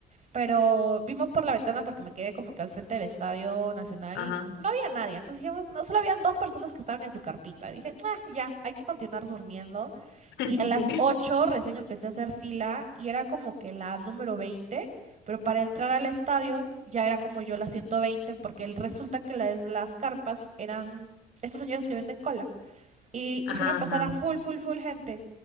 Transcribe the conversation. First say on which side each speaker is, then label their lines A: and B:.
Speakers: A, on the right (about 40°); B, on the left (about 80°).
A: pero vimos por la ventana porque me quedé como que al frente del Estadio Nacional
B: ajá.
A: y no había nadie. Entonces dijimos, no, solo habían dos personas que estaban en su carpita. Dije, "Ah, ya, hay que continuar durmiendo.
B: <laughs>
A: Y a las 8 recién empecé a hacer fila y era como que la número veinte pero para entrar al estadio ya era como yo la 120 porque el- resulta que las, las carpas eran... Estos señores que venden cola y
B: Ajá,
A: hicieron pasar
B: ajá.
A: a full, full, full gente.